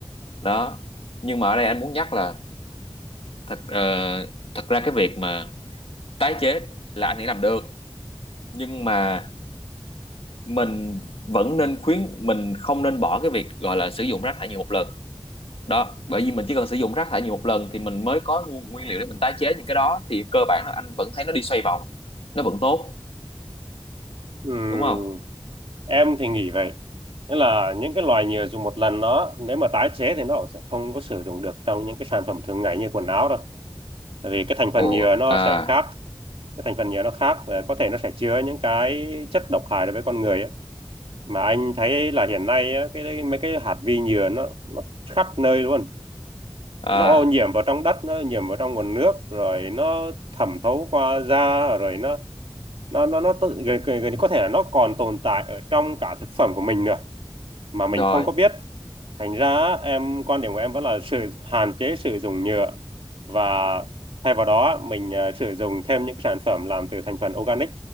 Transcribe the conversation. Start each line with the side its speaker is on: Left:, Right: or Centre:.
Left: đó nhưng mà ở đây anh muốn nhắc là thật ờ, thật ra cái việc mà tái chế là anh ấy làm được nhưng mà mình vẫn nên khuyến mình không nên bỏ cái việc gọi là sử dụng rác thải nhựa một lần đó bởi vì mình chỉ cần sử dụng rác thải nhựa một lần thì mình mới có nguồn nguyên liệu để mình tái chế những cái đó thì cơ bản là anh vẫn thấy nó đi xoay vòng nó vẫn tốt
Right: Ừm,
Left: đúng không
Right: em thì nghĩ vậy nghĩa là những cái loài nhựa dùng một lần nó nếu mà tái chế thì nó cũng sẽ không có sử dụng được trong những cái sản phẩm thường ngày như quần áo đâu tại vì cái thành phần
Left: ồ
Right: nhựa nó
Left: à
Right: sẽ khác cái thành phần nhựa nó khác và có thể nó sẽ chứa những cái chất độc hại đối với con người ấy. mà anh thấy là hiện nay á, cái mấy cái hạt vi nhựa nó nó khắp nơi luôn
Left: à
Right: nó ô nhiễm vào trong đất nó ô nhiễm vào trong nguồn nước rồi nó thẩm thấu qua da rồi nó nó nó nó tự- gần, gần, gần như có thể là nó còn tồn tại ở trong cả thực phẩm của mình nữa mà mình
Left: rồi
Right: không có biết thành ra em quan điểm của em vẫn là sự hạn chế sử dụng nhựa và thay vào đó mình ờ, sử dụng thêm những cái sản phẩm làm từ thành phần organic